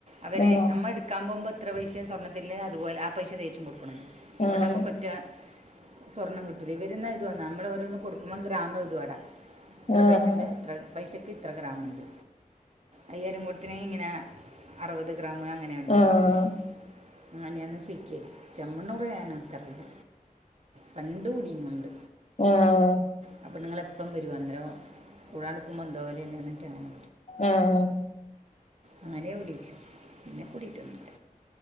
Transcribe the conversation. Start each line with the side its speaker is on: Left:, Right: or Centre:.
Right: അവര്
Left: ആഹ്
Right: നമ്മ ഇടുക്കാൻ പോകുമ്പോ എത്ര പൈസയാ സ്വർണത്തിന് അതുപോലെ ആ പൈസ തേച്ചു കൊടുകണം ന്ന് അതോണ്ടമ്മകൊറ്റ
Left: ആഹ്
Right: സ്വർണ്ണം കിട്ടൂല ഇവർ എന്ന എത്വാന്ന നമ്മൾ ഓരോന്ന് കൊടുക്കുമ്പോം ഗ്രാമ് എഴുതുവാടെ ഇത്ര
Left: ആഹ്
Right: പൈസെന്റെ ഇത്ര പൈസക്ക് ഇത്ര ഗ്രാമ് ഇണ്ട് അയ്യായിരം കൊടുത്തിനെങ്കി ഇങ്ങനെ അറുപത് ഗ്രാമ് അങ്ങനെ <unintelligible>
Left: ആഹ്
Right: അങ്ങനെയാന്ന് സീക്കേല് ചെമ്മണ്ണുറ് ഞാൻ എനിക്കറിയില്ല പണ്ട് കൂടീന്ന് നമ്മൾ
Left: ആഹ
Right: ആ പെണ്ണ്ങ്ങള് എപ്പം വരും അന്നേരം കൂടാണ്ടെ നിക്കുമ്പോ എന്തോ പോലല്ലേ എന്നിട്ട് അങ്ങനെ
Left: ആഹ
Right: അങ്ങനേ കൂടീട്ടൊള്ളൂ പിന്നെ കൂടിട്ടൊന്നില്ല